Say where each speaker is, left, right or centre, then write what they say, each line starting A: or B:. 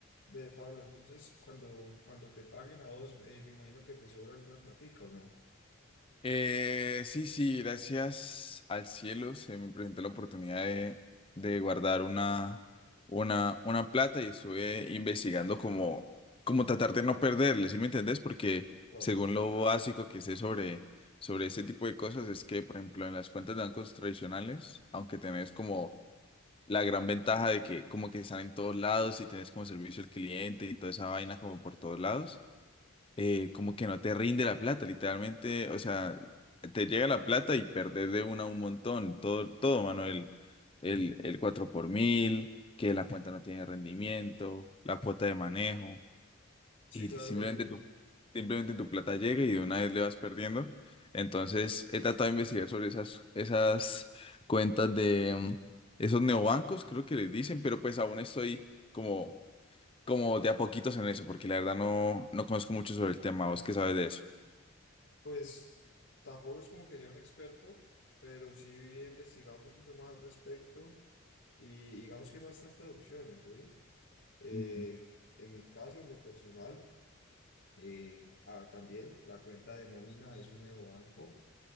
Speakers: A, on the left; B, on the left.
A: Ve, Pablo, entonces cuando, cuando te paguen a vos, eh, me imagino que te sobra alguna platica, ¿o no?
B: Eh, sí, sí, gracias al cielo se me presentó la oportunidad de, de guardar una, una, una plata y estuve investigando como, como tratar de no perderle, ¿sí me entendés? Porque
A: Claro.
B: según lo básico que sé sobre, sobre ese tipo de cosas es que, por ejemplo, en las cuentas de bancos tradicionales, aunque tenés como la gran ventaja de que como que están en todos lados y tenés como servicio al cliente y toda esa vaina como por todos lados eh, como que no te rinde la plata, literalmente, o sea, te llega la plata y perdés de una un montón, todo, todo, mano, el, el, el 4 por mil, que la cuenta no tiene rendimiento, la cuota de manejo,
A: Sí,
B: y
A: claro
B: simplemente
A: que sí.
B: tu, simplemente tu plata llega y de una vez le vas perdiendo. Entonces, he tratado de investigar sobre esas, esas cuentas de mm, esos neobancos, creo que les dicen, pero pues aún estoy como como de a poquitos en eso, porque la verdad no, no conozco mucho sobre el tema. ¿Vos qué sabes de eso?
A: Pues tampoco es como que sea un experto, pero sí he investigado un poquito más al respecto y digamos que hay bastantes opciones, ¿oís? Eh,
B: Ujú.
A: en mi caso, en lo personal, eh, ah, también la cuenta de nómina es un neobanco,